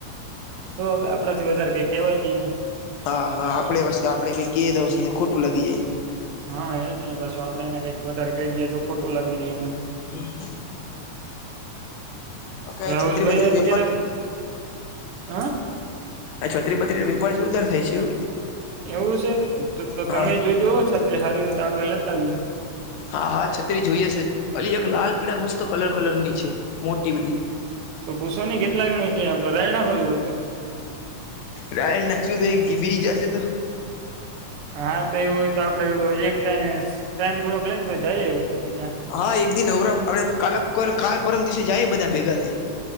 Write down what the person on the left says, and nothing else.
હા હા આપડે પાસે આપડે કઈ ક દ એને ખોટું લાગી જાય
હમ કઈ
છત્રી બત્રી નો
વેપાર
અ છત્રી બત્રી નો વેપાર જોરદાર થાય છે
હા
હા હા છત્રી જોઈએ છે અલી એક લાલ પીડા મસ્ત કલર કલર ની છે મોટી બધી
રાય નાખશું તો એ બી જશે તો
હા એક દિ વર આપડે કાકર કાલ પરમ દિવસે જાય બધા ભેગા થઈને